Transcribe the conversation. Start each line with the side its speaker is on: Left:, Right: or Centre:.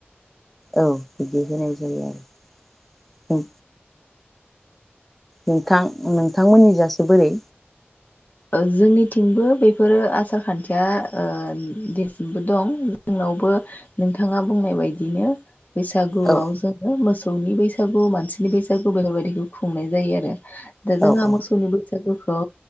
Centre: औ बिदि होनाय जायो आरो उम नोंथां नोंथांमोननि जासे बोरै
Left: ओ जोंनिथिंबो बेफोरो आसार खान्थिया ओ देसिमबो दं जोंनावबो नोंथाङा बुंनाय बायदिनो। बैसागुआव
Centre: औ
Left: जोङो मोसौ मोसौनि बैसागु मानसिनि बैसागु बेफोरबायदिखौ खुंनाय जायो आरो दा जोंहा
Centre: औ औ
Left: मोसौनि बो सागुखौ